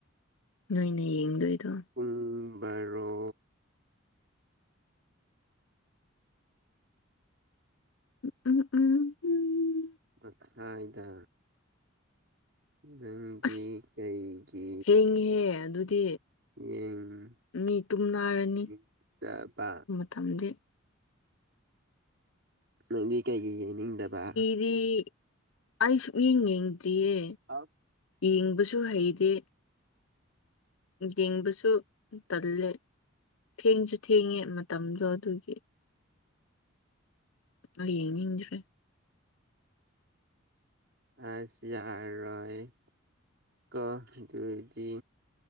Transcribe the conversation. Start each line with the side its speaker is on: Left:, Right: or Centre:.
Left: ꯅꯣꯏꯅ ꯌꯦꯡꯗꯣꯏꯗꯣ
Right: ꯄꯨꯡ ꯕꯔꯣ
Left: <unintelligible>
Right: ꯃꯥꯈꯥꯏꯗ ꯅꯪꯗꯤ
Left: ꯑꯁ
Right: ꯀꯩꯒꯤ
Left: ꯊꯦꯡꯉꯦꯍꯦ ꯑꯗꯨꯗꯤ
Right: ꯌꯦꯡꯗꯕ
Left: ꯃꯤ ꯇꯨꯝꯅꯔꯅꯤ <unintelligible>
Right: ꯅꯪꯗꯤ ꯀꯩꯒꯤ ꯌꯦꯡꯅꯤꯡꯗꯕ
Left: ꯑꯩ ꯑꯩ ꯁꯨꯛ ꯌꯦꯡ ꯌꯦꯡꯗꯔꯤꯌꯦ
Right: ꯍꯥꯎ
Left: ꯌꯦꯡꯕꯁꯨ ꯍꯩꯗꯦ ꯌꯦꯡꯕꯁꯨ ꯇꯜꯂꯦ ꯊꯦꯡꯁꯨ ꯊꯦꯡꯉꯦ ꯃꯇꯝꯗꯣ ꯑꯗꯨꯒꯤ ꯗꯣ ꯌꯦꯡꯅꯤꯡꯗ꯭ꯔꯦ
Right: ꯑꯁ ꯌꯔꯣꯏꯀꯣ ꯗꯨꯗꯤ